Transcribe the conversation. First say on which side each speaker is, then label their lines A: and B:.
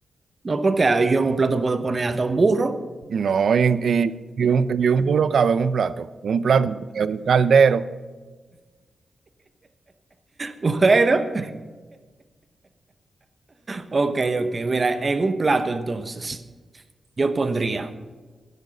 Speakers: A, on the right; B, on the right.
A: No, porque ahí yo en un plato puedo poner hasta un burro.
B: no, y, y- y un, y un burro cabe en un plato, un plato, es un caldero.
A: <laughs> Bueno, ok, ok. Mira, en un plato entonces, yo pondría,